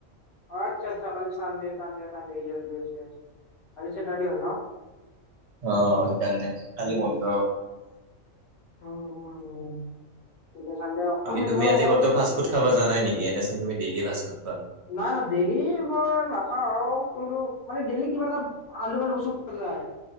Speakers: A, on the left; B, on the right.
A: আচা আচ্ছা কালি চানডে চানড। আজি সেটাৰ ডে।
B: অ সেইকাৰণে কালি বন্ধ।
A: <unintelligible>
B: বাকি তুমি
A: তোমালোকৰ
B: আজি কতো ফাষ্টফুড খাব যোৱা নাই নেকি এনেচুন ডেইল ফাষ্টফুড খোৱা?
A: নাই নাই ডেইলি বৰ নাখাওঁ আৰু কোনটো মানে ডেইলি কিবা এটা আলু পালু উচু যায়।